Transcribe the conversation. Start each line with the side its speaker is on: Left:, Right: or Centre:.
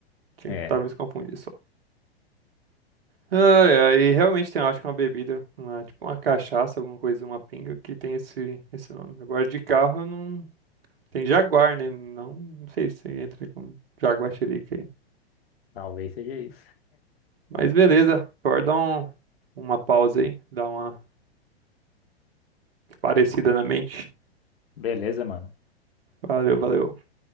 Right: Tinha-
Left: É,
Right: Talvez confundir só. Ai, ai, e realmente tem, eu acho que é uma bebida, uma- tipo uma cachaça, alguma coisa, uma pinga, que tem esse, esse nome. Agora de carro eu não... Tem Jaguar, né? Não, não sei se entra com Jaguatirica aí.
Left: talvez seja isso.
Right: Mas beleza, pode dar um- uma pausa aí, dar uma parecida na mente.
Left: Beleza, mano.
Right: Valeu, valeu.